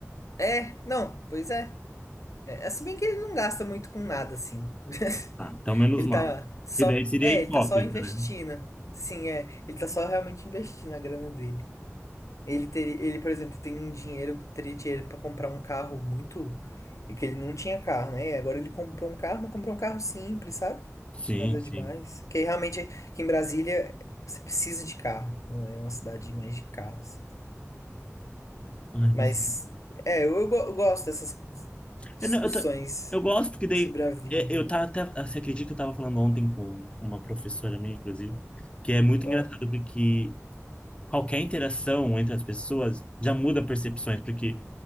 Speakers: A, on the left (about 80°); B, on the left (about 20°).
A: É, não, pois é. É, se bem que ele não gasta muito com nada, assim. <laughs>
B: Tá, então menos
A: Ele
B: mal.
A: tá só.
B: Porque daí seria
A: É,
B: hipócrita,
A: ele tá só investindo.
B: né?
A: Sim, é. Ele tá só realmente investindo a grana dele. Ele teria, ele, por exemplo, tem um dinheiro, teria dinheiro pra comprar um carro muito. E que ele não tinha carro, né? Agora ele comprou um carro, mas comprou um carro simples, sabe?
B: Sim,
A: Nada
B: sim.
A: demais. Porque realmente aqui em Brasília você precisa de carro. Não é uma cidade mais de carros. né?
B: Ai,
A: Mas
B: mas.
A: é, eu, eu go- eu gosto dessas discussões
B: Eu, não- eu, ta- eu gosto porque daí
A: sobre a vida.
B: é, eu tava até, você acredita que eu tava falando ontem com uma professora minha, inclusive, que é muito
A: Ó,
B: engraçado porque qualquer interação entre as pessoas já muda percepções, porque